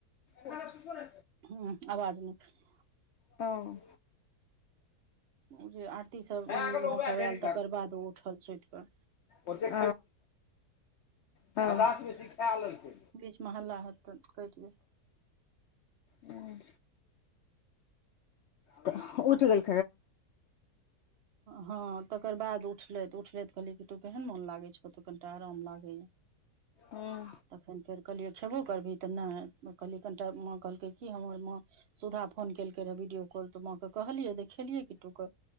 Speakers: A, on the left (about 80°); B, on the right (about 55°).
A: ओ किछुन।
B: हू आवाज नहि
A: हैं
B: ओ जे आरतीसभ
A: भए गेलौ
B: माँ
A: उएह
B: सभ
A: ढेरी
B: आयल तकर बाद ओ उठल सुतिके
A: ओकन करै सिखा लै छै
B: बीच मे हलला हत तऽ कैटल
A: ह तऽ ऊचिकल
B: ह तकर बाद उठले उठले कहली कऽ तो केहन मन लागे छौ कनि आरम लागै।
A: हूँ
B: तखन फेर कहलियै खेबो करबही तऽ नहि कहलियै कनिटा माँ कहलकै कि हमर माँ सुधा फोन केलकै रहए वीडियो कॉल तऽ माँ के कहलियै देखेलियै किटुक